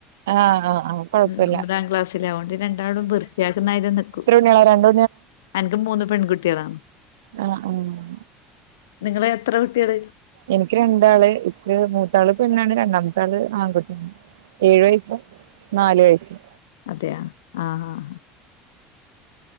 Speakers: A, on the right; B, on the left.
A: ആഹ് ആഹ് ആഹ് കൊഴപ്പല്ല
B: ഉ ഒമ്പതാം ക്ലാസ്സില അതൊണ്ട് രണ്ടാളം വൃത്തിയാക്കുന്ന ഇത നിക്കൂ
A: ആ രണ്ട
B: എനക്ക് മൂന്ന് പെൺകുട്ടികളാണ്
A: ആഹ് ആഹ്
B: നിങ്ങള്െ എത്ര കുട്ടികള്
A: എനിക്ക് രണ്ടാള് ഇ മൂത്താള് പെണ്ണാണ് രണ്ടാമത്തള് ആൺകുട്ടിയാണ് ഏഴു വയസ്സും നാലു വയസ്സും
B: അതെയ ആഹ ആഹ